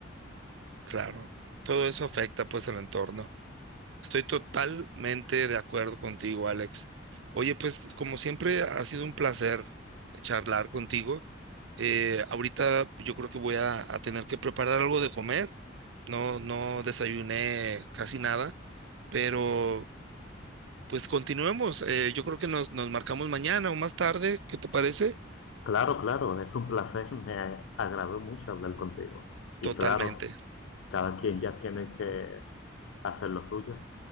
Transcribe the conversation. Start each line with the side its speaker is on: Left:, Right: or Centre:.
Right: claro. Todo eso afecta pues el entorno. Estoy totalmente de acuerdo contigo, Alex. Oye, pues como siempre ha sido un placer charlar contigo. Eh, ahorita yo creo que voy a, a tener que preparar algo de comer. No, no desayuné casi nada, pero pues continuemos. Eh, yo creo que nos, nos marcamos mañana o más tarde. ¿Qué te parece?
Left: Claro, claro, es un placer, <laughs> me agradó mucho hablar contigo. Y
Right: Totalmente.
Left: claro, cada quien ya tiene que hacer lo suyo.